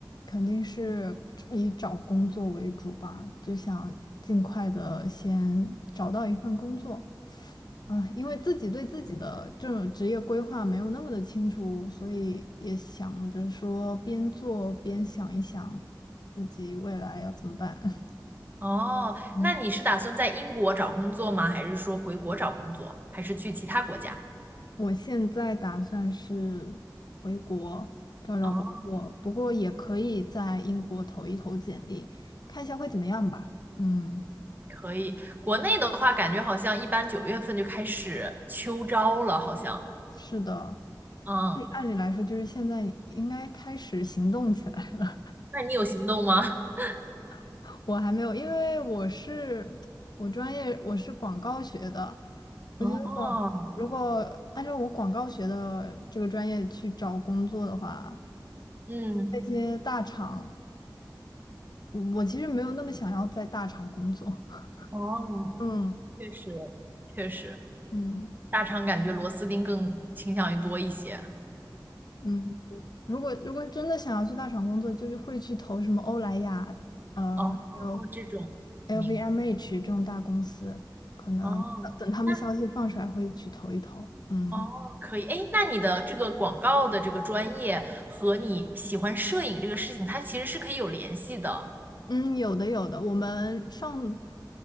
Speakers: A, on the left; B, on the right.
A: 肯定是以找工作为主吧，就想尽快的先找到一份工作。啊，因为自己对自己的这种职业规划没有那么的清楚，所以也想着说边做边想一想自己未来要怎么办。<laughs>
B: 哦，
A: 嗯，
B: 那你是打算在英国找工作吗？还是说回国找工作？还是去其他国家？
A: 我现在打算是回国找找工作，
B: 哦。
A: 不过也可以在英国投一投简历，看一下会怎么样吧。嗯。
B: 可以国内的话，感觉好像一般九月份就开始秋招了，好像。
A: 是的，
B: 嗯，
A: 哎按按理来说，就是现在应该开始行动起来了。
B: 那你有行动吗？<laughs>
A: <laughs> 我还没有，因为我是我专业我是广告学的，我觉得广如果按照我广告学的这个专业去找工作的话，
B: 哦嗯，
A: 那些大厂，我我其实没有那么想要在大厂工作。<laughs>
B: 哦，
A: 嗯
B: 确实，确实，
A: 嗯
B: 大厂感觉螺丝钉更倾向于多一些。
A: 嗯。如果如果真的想要去大厂工作，就会去投什么欧莱雅，呃，
B: 哦，
A: 还有
B: 这种明，
A: LVMH 这种大公司。
B: 哦，
A: 呃等他们消息放出来，
B: 那
A: 会去投一投。嗯
B: 哦，可以。哎，那你的这个广告的这个专业和你喜欢摄影这个事情，它其实是可以有联系的。
A: 嗯，有的有的。我们上